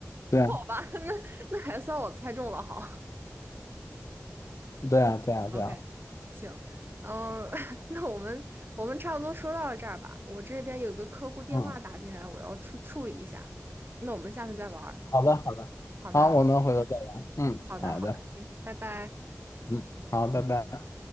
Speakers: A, on the left; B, on the right.
A: 对啊
B: 吧，<laughs> 那那还算我猜中了，好
A: 对啊对啊对啊，
B: ，OK，行，嗯，<laughs> 那我们我们差不多说到这儿吧，我这边有一个客户电话打进来，
A: 嗯。
B: 我要处处理一下，那我们下次再玩儿。
A: 好的，好的，
B: 好的，
A: 好，
B: 好的，
A: 我们回头再玩。
B: 行，
A: 嗯，
B: 好的，
A: 好的，
B: 好的，行，拜拜。
A: 嗯，好，拜拜。